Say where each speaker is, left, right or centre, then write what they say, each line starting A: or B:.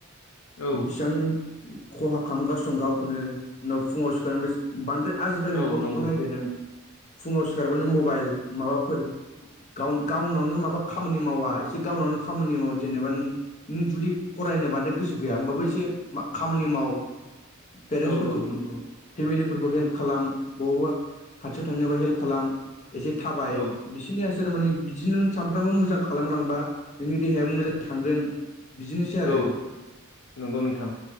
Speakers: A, on the left (about 70°); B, on the left (about 35°).
A: औ
B: बेसेबां नों खहा खालामगासिनो दं गावखौनो उनाव फुङाव सिखार बांद्राय आजिखालिनि
A: औ
B: गथ'खौ
A: नंगौ
B: नायदो नों फुङाव सिखारबानो मबाइल माबाफोर गाव गावनावनो माबा खामानि मावा एसे गावनावनो खामानि माव जेनेबा नों नों जुदि फरायनो बांद्राय गोसो गैया होमबाबो एसे खामानि माव। पेरेन्टसफोरखौ
A: औ औ नंगौ
B: फेमिलिफोरखौ हेल्प खालाम बबावबा खाथियाव थांनोबा हेल्प खालाम। एसे थाबाय
A: औ
B: बिसोरनियासोर माने बिदि नों सानफ्रामबो मोजां खालामलांबा नोंनि देहाया मोजां थांगोन बिदिनोसै आरो।
A: औ नंगौ नोंथां